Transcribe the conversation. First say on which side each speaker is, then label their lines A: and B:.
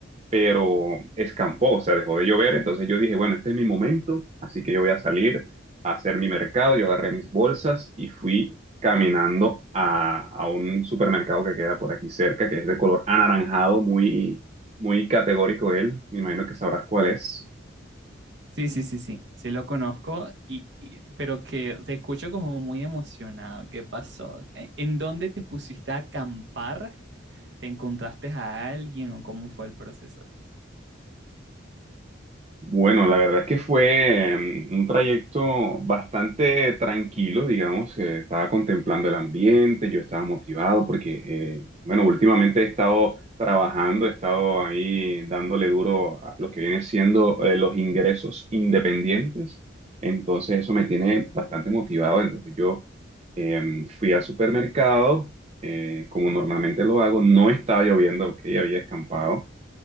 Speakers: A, on the right; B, on the right.
A: pero escampó, o sea, dejó de llover. Entonces yo dije, bueno, este es mi momento, así que yo voy a salir a hacer mi mercado. Yo agarré mis bolsas y fui caminando a, a un supermercado que queda por aquí cerca, que es de color anaranjado, muy, muy categórico él. Me imagino que sabrás cuál es.
B: Sí, sí, sí, sí, sí lo conozco, y, y- pero que te escucho como muy emocionado. ¿Qué pasó? ¿E- ¿En dónde te pusiste a acampar? ¿Te encontraste a alguien o cómo fue el proceso?
A: Bueno, la verdad es que fue em, un trayecto bastante tranquilo, digamos. eh, estaba contemplando el ambiente, yo estaba motivado porque, eh, bueno, últimamente he estado trabajando, he estado ahí dándole duro a lo que viene siendo eh, los ingresos independientes. Entonces eso me tiene bastante motivado. Entonces yo em, fui al supermercado, eh, como normalmente lo hago, no estaba lloviendo, ok, había escampado.